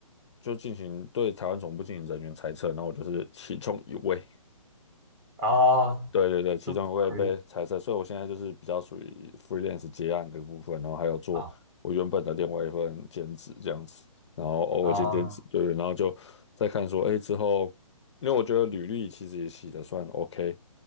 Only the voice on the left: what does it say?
就进行对台湾总部进行人员裁撤，然后我就是其中一位，
对对对，其中一会被裁撤，
所以我现在就是比较属于 freelance 接案的部分，然后还有做我原本的另外一份兼职这样子，
然后偶尔兼兼职，
对对，然后就再看说，哎，之后，因为我觉得履历其实也写的算 OK，